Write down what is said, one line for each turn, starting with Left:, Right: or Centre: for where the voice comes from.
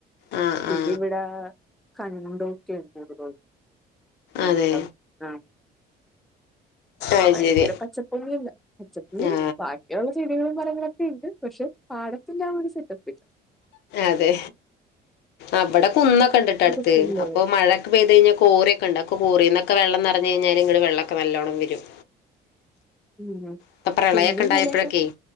Left: ആ ആ
Centre: ഇതിവിടെ കണ്ടോക്കെണ്ട് അതുപോലത്തെ <unintelligible>
Left: അതെ അത്
Centre: ഭയങ്കര
Left: ശരി
Centre: പച്ചപ്പൊന്നും ഇല്ല. പച്ചപ്പ് മീൻസ്
Left: ആ
Centre: ബാക്കിയുള്ള ചെടികളും മരങ്ങളൊ <unintelligible> ണ്ട് പക്ഷെ പാടത്തിനാ ഒരു സെറ്റപ്പില്ല.
Left: അതെ അവടെ കുന്നൊക്കെ ഉണ്ട് അടുത്ത്.
Centre: രസല്ലേ
Left: അപ്പൊ മഴൊക്ക പെയ്ത് കഴിഞ്ഞാ കോറി ഒക്കെ ഒണ്ട്. അപ്പൊ കോറീന്നൊക് ക്കെ വെള്ളം നെറഞ്ഞ് കഴിഞ്ഞാല് ഇങ്ങട് വെള്ളോക്കെ നല്ലോണം വരും.
Centre: ഉം
Left: ഇപ്പൊ പ്രളയൊക്കെ
Centre: കുന്നും
Left: ഉണ്ടായപ്പോഴൊക്കെ
Centre: മലയൊക്കെ